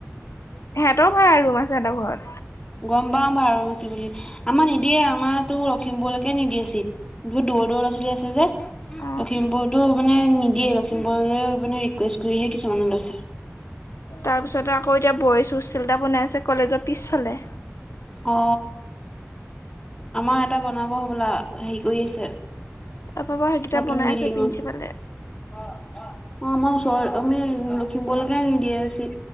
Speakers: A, on the left; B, on the left.
A: সিহঁতৰো ভাড়া ৰুম আছে সিহঁতৰ ঘৰত
B: গম পাও ভাৰাবোৰ বুলি আমাৰ নিদিয়ে আমাৰতো লখিমপুৰলৈকে নিদিয়ে চিট বহুত দূৰ দূৰ ল'ৰা ছোৱালী আছে যে
A: অ
B: লখিমপুৰতো মানে নিদিয়ে, লখিমপুৰলৈ মানে ৰিকুৱেষ্ট কৰিহে কিছুমানে লৈছে।
A: তাৰ পিছত আকৌ এতিয়া বইজ হোষ্টেল এটা বনাই আছে কলেজৰ পিছফালে
B: অ। আমাৰ এটা বনাব হবলা, হেৰি কৰি আছে।
A: তাৰপৰা বাৰু সেইকেইটা
B: নতুন
A: বনাই
B: বিল্ডিঙত,
A: আছে প্ৰিন্সিপালে
B: অ' আমাৰ ওচৰ। আমি লখিমপুৰলৈকে নিদিয়ে ছিট,